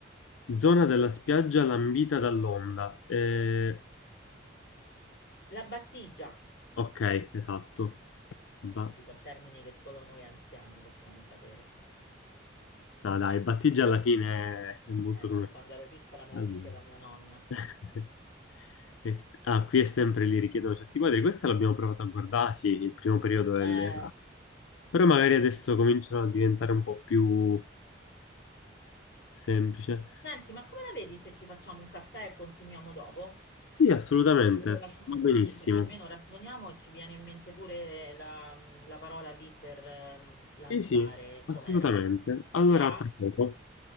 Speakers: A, on the left; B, on the left.
A: Zona della spiaggia lambita dall'onda. Eh,
B: La battigia.
A: ok, esatto. Ba-
B: Questi sono termini che solo noi anziani possiamo sapere.
A: No, dai, battigia alla fine è molto
B: Eh no,
A: conosciuto.
B: quando ero piccola me
A: Allora.
B: lo diceva mia nonna.
A: <laughs> E- Ah, qui è sempre lì richiedono certi quadri. Questa l'abbiamo provato a guardare, sì, il primo periodo delle-
B: Eh,
A: Però magari adesso cominciano a diventare un po' più semplice.
B: senti, ma come la vedi se ci facciamo un caffè e continuiamo dopo?
A: Sì, assolutamente,
B: E lo lasciamo
A: va benissimo.
B: così, così almeno ragioniamo e ci viene in mente pure la, la parola lì per ehm, lanciare
A: Sì, sì, assolutamente.
B: com'era.
A: Allora,
B: Ti va?
A: a tra poco.